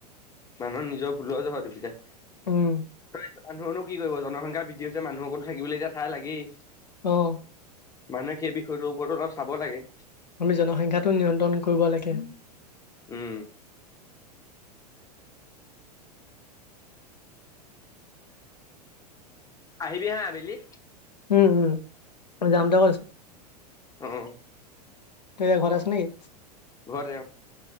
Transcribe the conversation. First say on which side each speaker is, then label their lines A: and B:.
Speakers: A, on the left; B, on the left.
A: মানুহৰ নিজৰ ভুলৰ যহত এইবিলাক,
B: উম,
A: তই মানুহনো কি কৰিব জনসংখ্যা বৃদ্ধি হৈছে মানুহকো তো থাকিবলৈ এতিয়া ঠাই লাগেই।
B: অ'।
A: মানুহে সেই বিষয়টোৰ ওপৰতো অলপ চাব লাগে।
B: আমি জনসংখ্যাটো নিয়ন্ত্ৰণ কৰিব লাগে।
A: উম। আহিবি হা আবেলি।
B: উম- উম ম যাম ত কৰিছ।
A: অ',
B: ততিয়া ঘৰত আছ নেকি?
A: ঘৰ,